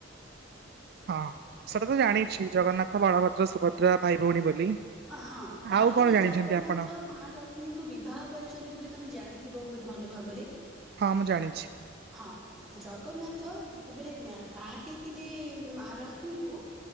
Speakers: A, on the right (about 55°); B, in the centre.
A: ହଁ ସେଟା ତ
B: ହୁଁ
A: ଜାଣିଛି ଜଗନ୍ନାଥ, ବଳଭଦ୍ର, ସୁଭଦ୍ରା ଭାଇ ଭଉଣୀ ବୋଲି।
B: ହଁ ତାପରେ
A: ଆଉ କଣ ଜାଣିଛନ୍ତି
B: ଜଗନ୍ନାଥ
A: ଆପଣ?
B: ମାଲ ଲକ୍ଷ୍ମୀଙ୍କୁ ବିବାହ କରିଛନ୍ତି ବୋଲି ତମେ ଜାଣିଥିବ ବହୁତ ଭଲ ଭାବରେ?
A: ହଁ ମୁଁ ଜାଣିଛି।
B: ହଁ ଜଗନ୍ନାଥ ଯେତେବେଳେ ମ୍ୟା ବାହା ହେଇଥିଲେ ମା ଲକ୍ଷ୍ମୀଙ୍କୁ